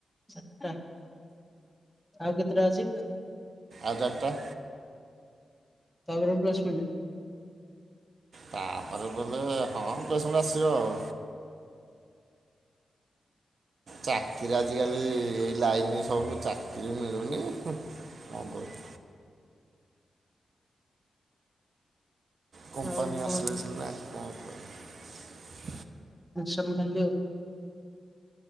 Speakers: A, in the centre; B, on the right.
A: ଚାରିଟା ଆଉ କେତେଟା ଅଛି?
B: ଆଧାର ଟା
A: ତାପରେ ମୁଁ ପ୍ଲେସମେଣ୍ଟ
B: ତାପରେ ବୋଧେ ହଁ ପ୍ଲେସମେଣ୍ଟ ଆସିବ ଆଉ। ଚାକିରି ଆଜିକାଲି ଏଇ ଲାଇନ୍ ସବୁ ଚାକିରି ମିଳୁନି ହୁଁ।
A: <inaudible>
B: କ'ଣ କହିବି କମ୍ପାନୀ
A: ଆଉ କଣ
B: <unintelligible> <inaudible>
A: ୟୁର୍ଟନ <unintelligible> ଖାଲି ଆଉ।